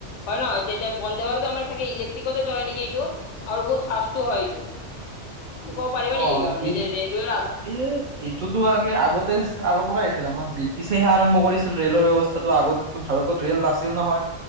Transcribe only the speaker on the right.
অ
বি
এই এইটোতো আগে আগতে আগৰ পৰা আহিছিল আমাৰ ব্ৰিটিছেহে আৰম্ভ পৰিছিল ৰেলৰ ব্যয়ৱস্থাটো আগতেো ভাৰতত ৰেল নাছিল নহয়।